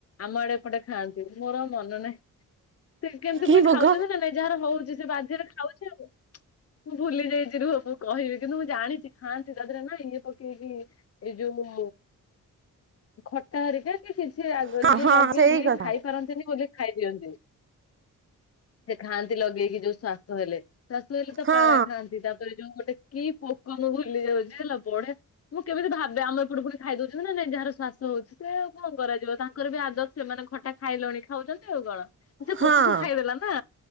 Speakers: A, on the left (about 45°); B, on the right (about 35°).
A: ଆମ ଆଡେ ଏପଟେ ଖାଆନ୍ତି ମୋର ମନ ନାହିଁ। ସେ କେମିତି
B: କି
A: ପୁଣି
B: ଭୋଗ
A: ଖାଉଛନ୍ତି ନା ନାଇଁ? ଯାହାର ହଉଛି ସେ ବାଧ୍ୟ ରେ ଖାଉଛି ଆଉ। ମୁଁ ଭୁଲି ଯାଇଛି ରୁହ କହୁଛି। କହିବି, କିନ୍ତୁ ମୁଁ ଜାଣିଛି ଖାଆନ୍ତି। ତା ଦେହରେ ନା ଇଏ ପକେଇକି ଏଇ ଯୋଉ ଖଟା ହେରିକା କି କିଛି ଇଏ
B: ହଁ ହଁ
A: ଲଗେଇକି
B: ସେଇ କଥା
A: ଖାଇ ପାରନ୍ତିନି ବୋଲି ଖାଇ ଦିଅନ୍ତି। ସେ ଖାଆନ୍ତି ଲଗେଇକି ଯୋଉ ଶ୍ୱାସ ହେଲେ। ଶ୍ଵାସ ହେଲେ ତ
B: ହଁ
A: ପାରା ଖାଆନ୍ତି। ତାପରେ ଯୋଉ ଗୋଟେ କି ପୋକନ ଭୁଲି ଯାଉଛି। ହେଲା ବଢି ମୁଁ କେମିତି ଭାବେ, ଆମ ଏପଟେ ପୁଣି ଖାଇ ଦଉଛନ୍ତି ନା ନାଇଁ। ଯାହାର ଶ୍ଵାସ ହଉଛି। ସେ ଆଉ କଣ କରାଯିବ ତାଙ୍କର ବି ଆଦତ ସେମାନେ ଖ ଖାଇଲଣି ଖାଉଛନ୍ତି ଆଉ କଣ। ସେ
B: ହଁ।
A: ପୋକକୁ ଖାଇଦେଲା ନା।